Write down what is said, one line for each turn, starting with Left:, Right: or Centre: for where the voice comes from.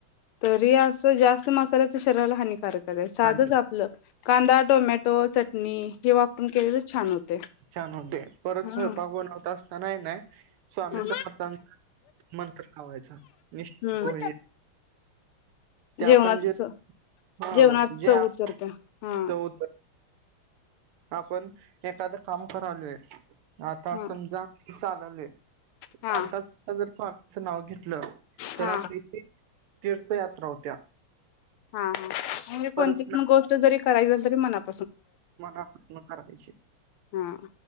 Left: तरी असं जास्त मसाल्याच शरीराला हानिकारक साधच
Right: आणि
Left: आपलं कांदा टोमॅटो चटणी हे वापरून केलेलं छान होते
Right: छान होते परत
Left: हा
Right: स्वयंपाक बनवत असतानाही नाही स्वामी
Left: हा
Right: समर्थां मंत्र लावायचा
Left: हम्म
Right: को ते आपण
Left: जेवणाच
Right: जे हा
Left: जेवणात
Right: जे
Left: चव उतरते हा
Right: चौत आपण एखादं काम क आलोय आता
Left: हा
Right: समजा चाललेय चालता
Left: हा
Right: जर त आहीचं नाव घेत तर
Left: हा
Right: आप इथे तीर्थयात्रा होत्या
Left: हा म्हणजे
Right: परत
Left: कोणती पण गोष्ट जरी करायचील तरी मनात
Right: मला प्र नकारयचे
Left: हा